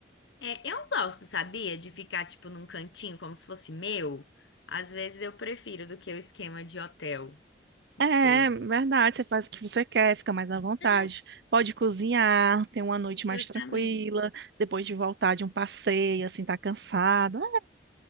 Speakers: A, on the left (about 80°); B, on the right (about 60°).
A: É, eu gosto, sabia? De ficar, tipo, num cantinho como se fosse meu. Às vezes eu prefiro do que o esquema de hotel. Não
B: É,
A: sei.
B: verdade, você faz o que você quer, fica mais à vontade.
A: É,
B: Pode cozinhar, ter uma noite mais
A: Justamente.
B: tranquila, depois de voltar de um passeio, assim, tá cansado.